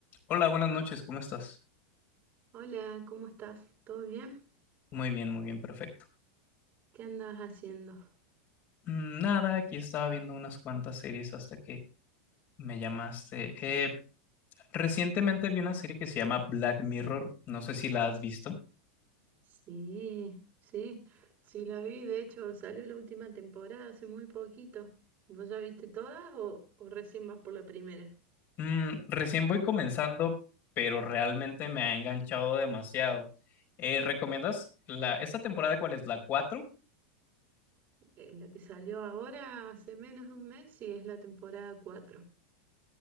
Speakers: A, on the left; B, on the right.
A: Hola, buenas noches, ¿cómo estás?
B: Hola, ¿cómo estás? ¿Todo bien?
A: Muy bien, muy bien, perfecto.
B: ¿Qué andas haciendo?
A: Mm, Nada, aquí estaba viendo unas cuantas series hasta que me llamaste. Eh, recientemente vi una serie que se llama Black Mirror, no sé si la has visto.
B: Sí, sí, sí la vi. De hecho, salió la última temporada hace muy poquito. ¿Vos ya viste todas o, o recién vas por la primera?
A: Mm, recién voy comenzando, pero realmente me ha enganchado demasiado. Eh, ¿recomiendas la, esta temporada cuál es? ¿La cuatro
B: Eh, la que salió ahora hace menos de un mes y es la temporada 4.